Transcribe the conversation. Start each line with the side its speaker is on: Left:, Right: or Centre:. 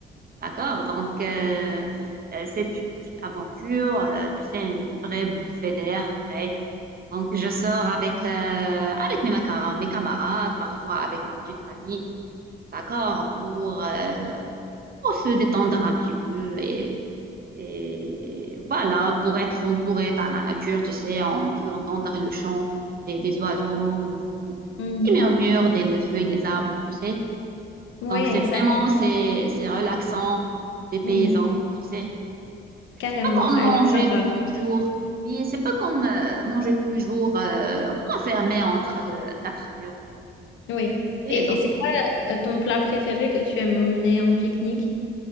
Right: D'accord? Donc, euh, euh, c'est une petite aventure, euh, tu sais, une vraie bouffée d'air frais. Donc, je sors avec, euh, avec mes, macara- mes camarades, parfois avec ma petite famille. D'accord? Pour euh, pour se détendre un petit peu et, et voilà, pour être entouré par la nature, tu sais, on peut entendre le chant des, des oiseaux, le vent
Left: Mm.
Right: qui murmure des les feuilles des arbres, tu sais.
Left: Ouais,
Right: Donc c'est
Left: ça
Right: vraiment,
Left: a l'air-
Right: c'est, c'est relaxant des paysans,
Left: mm,
Right: tu sais.
Left: carrément,
Right: C'est pas comme
Left: ça
Right: manger
Left: a l'air sympa.
Right: tout le jour, puis c'est pas comme euh, manger tout le jour euh, enfermé entre euh, quatre murs.
Left: Oui.
Right: Et
Left: Et,
Right: donc,
Left: et c'est quoi euh, ton plat préféré que tu aimes emmener en pique-nique?